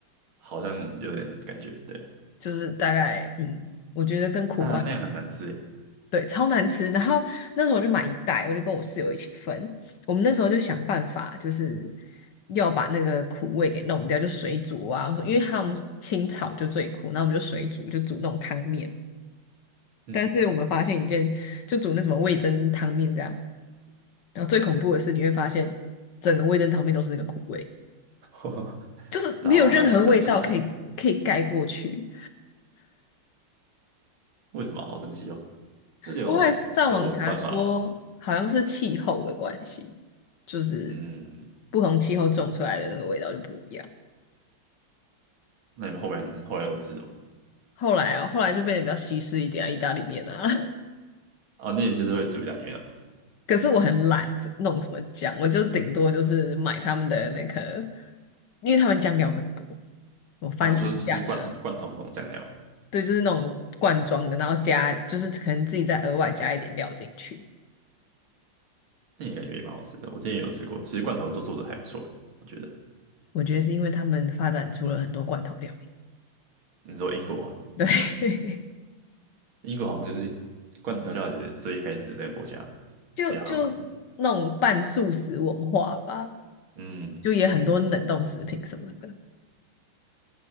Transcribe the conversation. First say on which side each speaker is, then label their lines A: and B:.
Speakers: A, on the right (about 75°); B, on the left (about 60°).
A: 好像有点感觉，对，
B: 就是大概，嗯，我觉得跟苦瓜。
A: 啊，那样很难吃耶，
B: 对，超难吃。然后那时候我就买一袋，我就跟我室友一起分。我们那时候就想办法，就是要把那个苦味给弄掉，就水煮啊。我说，因为他们清炒就最苦，然后我们就水煮，就煮那种汤面。
A: 嗯，
B: 但是我们发现一件，就煮那什么味噌汤面这样。然后最恐怖的是，你会发现整个味噌汤面都是那个苦味，
A: <laughs>
B: 就是没有任何味道可以可以盖过去。
A: 然后蛮蛮凄惨的，为什么？好生气哦。那你有这有什么办法吗？
B: 我会上网查说，好像是气候的关系，就是
A: 嗯，
B: 不同气候种出来的那个味道就不一样。
A: 那你们后面后来都吃什么？
B: 后来啊，后来就变得比较西式一点啊，意大利面啊。
A: 哦，你也就是会煮意大利面哦。
B: <laughs> 可是我很懒，这弄什么酱，我就顶多就是买他们的那个，因为他们酱料很多，什么番茄酱啊，
A: 哦，你说吃罐罐头这种酱料，
B: 对，就是那种罐装的，然后加就是可能自己再额外加一点料进去。
A: 那也感觉也蛮好吃的。我之前也有吃过，其实罐头都做的还不错欸，我觉得。
B: 我觉得是因为他们发展出了很多罐头料
A: 你说英国嘛，
B: 理，对。<laughs>
A: 英国好像就是罐头料理的最一开始那个国家嘛，
B: 就就那种半素食文化吧，
A: 其实好像是。嗯，
B: 就也很多冷冻食品什么的。